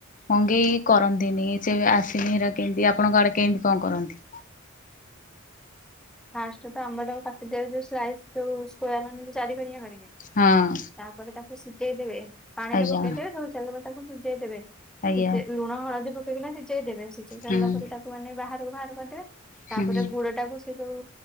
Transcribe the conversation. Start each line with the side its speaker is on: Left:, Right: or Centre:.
Left: ମଙ୍ଗେଇ କରନ୍ତିନି ସେ ଆସିନି ଏରାକେନ୍ତି ଆପଣଙ୍କ ଆଡେ କେମିତି କଣ କରନ୍ତି?
Centre: ଫାଷ୍ଟେ ତ ଆମ୍ବଟାକୁ କାଟିଦେବେ ଯୋଉ ସ୍ଲାଇସ୍ ଯୋଉ ସ୍କୋୟାର ମାନେ ଯୋଉ ଚାରିକଣିଆ କରିକି।
Left: ହଁ।
Centre: ତାପରେ ତାକୁ ସିଜେଇ ଦେବେ ପାଣିରେ
Left: ଆଜ୍ଞା
Centre: ପକେଇଦେବେ ଧୋଇ ସାରିଲା ପରେ ତାକୁ ସିଜେଇ ଦେବେ
Left: ଆଜ୍ଞା
Centre: ସିଜେଇ ଲୁ ଲୁଣ ହଳଦୀ ପକେଇକିନା ସିଜେଇ ଦେବେ ସିଜେଇ ସାରିଲା
Left: ହୁଁ
Centre: ପରେ ତାକୁ ମାନେ ବାହାରୁକୁ ବାହାର କରିଦେବେ
Left: ହୁଁ।
Centre: ତାପରେ ଗୁଡଟାକୁ ସେ ଯୋଉ